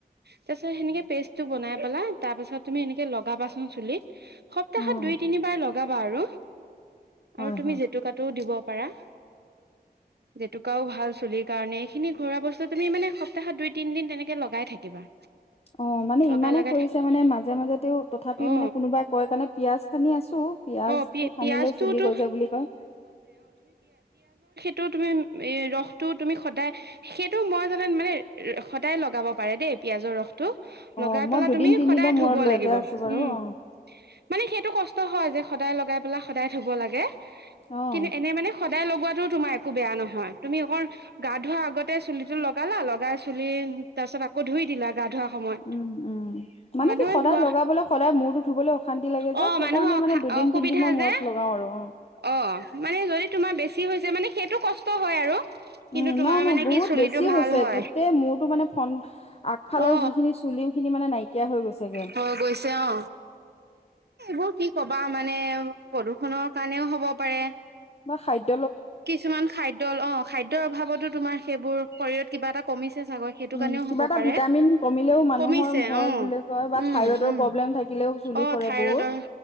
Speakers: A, on the right; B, on the left.
A: তাৰপিছ সে পেষ্টটো বনাই পেলা তাৰ পিছত তুমি এনেকে লগাবাচোন চুলিত। সপ্তাহত
B: অ'
A: দুই তিনিবাৰ লগ লগাবা আৰু
B: হয়
A: আৰু তুমি
B: হয়
A: জেতুকাতটোও দিব পাৰা জেতুকাও ভাল চুলিৰ কাৰণে এইখিনি ঘোৱা বস্তু তুমি মানে সপ্তাহত দুই তিন দিন তেনেকে লগাই থাকিবা।
B: অ' মানে
A: লগাই
B: ইমানে
A: লগাই
B: সৰিছে মানে মাজে মাজেতে তথাপি
A: অ
B: মানে কোনোবাই কয় কাৰণে পিয়াজ খান্দি আছো পিয়াজটো
A: অ পি
B: সানিলেও
A: পিয়াজটোতো
B: চুলি গছে বুলি কয়।
A: টো তুমি ৰস টো তুমি সদায় সেইটো মই জাত মানে সদায় লগাব পাৰে দেই পিয়াজৰ ৰস।
B: অ',
A: লগাই
B: মই
A: পেলাই
B: দুদিন
A: তুমি
B: তিনদিনৰ
A: সদায় ধুব
B: মূৰত লগাই
A: লাগিব
B: আছো বাৰু
A: উম'
B: অ',
A: মানে সেইটো কষ্ট হয় যে সদায় লগাই পেলাই সদায় ধুব লাগে।
B: অ',
A: কিন্তু এনে মানে সদায় লগোৱাতটো তোমাৰ একো বেয়া নহয় তুমি অকণ গা ধোৱা আগতে চুলিটো লগালা লগাই চুলি তাৰ পিছত আকৌ ধুই দিলা গা ধোৱা। সময়ত
B: উম উম মানে
A: মানুহে
B: কি সদায়
A: ধোৱা
B: লগাবলৈ সদায় মূৰটো ধুবলৈ অশান্তি লাগে
A: অ
B: যে সেইকাৰণে
A: মানুহৰ অসা
B: মানে দুদিন
A: অসুবিধা
B: তিনিদিনৰ মূৰত
A: যে
B: লগাও আৰু উ
A: অ মানে যদি তোমাৰ বেছি মানে সেইটো কষ্ট হয় আৰু কিন্তু
B: উম
A: তোমাৰ
B: নাই নাই
A: মানে
B: বহুত
A: কি চুলিটো
B: বেছি
A: ভাল
B: হৈছে
A: হয়
B: গোটেই মূৰতো মানে ফন আগফালৰ
A: অ
B: যিখিনি চু চুলিও খিনি মানে নাইকিয়া হৈ গৈছেগে
A: হৈ গৈছে অ <unintelligible> কি ক'বা মানে প্ৰদূষনৰৰ কাৰণেও হ'ব পাৰে
B: মই খাদ্য
A: কিছুমান খাদ্য অ খাদ্যৰ অভাৱতো তোমাৰ সেইবোৰ শৰীৰত কিবা এটা কমিছে চাগৈ সেইটো
B: উ
A: কাৰণেও
B: কিবা
A: হ'ব
B: এটা
A: পাৰে
B: ভিটামিন কমিলেও মানুহৰ
A: কমিছে
B: হয়
A: অ
B: বুলি কয় বা
A: উম
B: থাইৰইডৰ
A: উম
B: প্ৰব্লেম থাকিলেও চুলি
A: অ
B: সৰে
A: থাইৰইডৰ
B: বহুত